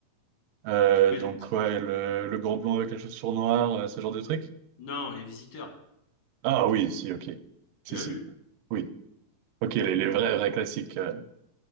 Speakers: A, on the right; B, on the left.
A: Euh,
B: Tu connais,
A: donc
B: tu-
A: ouais, le, le grand blond avec la chaussure noire, euh, ce genre de truc?
B: Non, Les Visiteurs,
A: Ah oui, si, ok. Si,
B: tu l'as
A: si.
B: vu.
A: Oui. Ok, les, les vrais, vrais
B: Bon,
A: classiques. euh.